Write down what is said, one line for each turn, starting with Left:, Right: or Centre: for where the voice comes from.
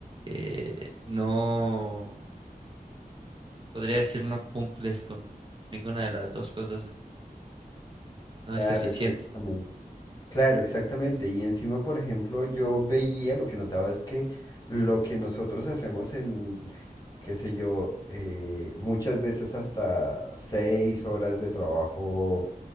Right: eh, no. podría decir no cumples con ninguna de las dos cosas, entonces no
Left: Claro,
Right: es eficiente.
Left: exactamente. Claro, exactamente. Y encima, por ejemplo, yo veía, lo que notaba es que lo que nosotros hacemos en, qué sé yo, eh, muchas veces hasta seis horas de trabajo